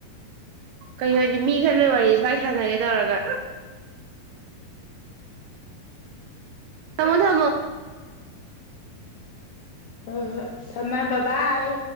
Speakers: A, on the right; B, on the left.
A: ꯀꯩꯅꯣ ꯍꯥꯏꯗꯤ ꯃꯤ ꯈꯔꯅ ꯋꯥꯔꯤ ꯁ꯭ꯋꯥꯏ ꯁꯥꯟꯅꯒꯦ ꯇꯧꯔꯒ ꯊꯃꯣ ꯊꯃꯣ
B: ꯍ ꯍꯣꯏ ꯊꯝꯃꯃꯦ ꯕꯥꯥꯏ